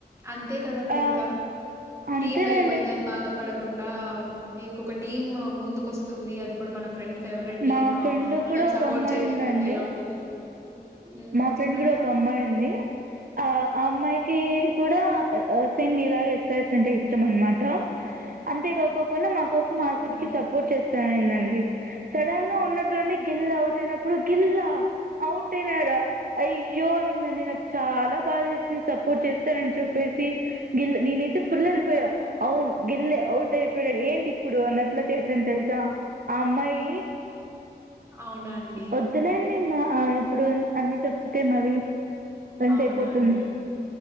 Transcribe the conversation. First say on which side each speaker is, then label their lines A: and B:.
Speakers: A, on the right; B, on the right.
A: అంతే కదండి
B: ఆ,
A: ఇంకా
B: అంతేనండి
A: టీం వెళ్ళిపోయిందని బాధ పడకుండా ఇంకొక టీమ్ ముందుకు వస్తుంది అది కూడా మన ఫ్రెండ్ ఫేవరెట్
B: మా
A: టీమ్
B: ఫ్రెండ్
A: మనం
B: కూడా ఒక
A: సపోర్ట్
B: అమ్మాయి
A: చేయకపోతే
B: ఉందండి
A: ఎలా ఉంటదండి హ్మ్.
B: మా ఫ్రెండ్
A: చెప్పండి
B: కూడా ఒక అమ్మాయి ఉంది ఆ అమ్మాయికి కూడా సేమ్ మీలాగ ఎస్సరెచ్ అంటే ఇష్టం అనమాట అంతేకాక్కకుండా మాకు కోసం ఆర్సీబీకి
A: అవునండి
B: సపోర్ట్ చేస్తాననిందండి సడన్ గా ఉన్నట్టుండి గిల్ ఔట్నప్పుడు గీల్ల ఔట్ పోయాడా అయ్యో అనిందండి నాకు చాలా బాధేసింది సప్ పోర్ట్ చేస్తానని చెప్పేసి గిల్ నేనైతే ఫుల్ వెళ్ళిపోయా అవును గిల్లే అవుట్ అయిపోయాడు ఏంటి ఇప్పుడు అన్నట్ల చేశాను తెలుసా ద ఆ అమ్మాయి
A: అవున అండి
B: వద్దులేండి మా ఆ ఇప్పుడు అన్ని చెప్తే మరి గంట
A: అవునా
B: అయిపోతుంది
A: అండి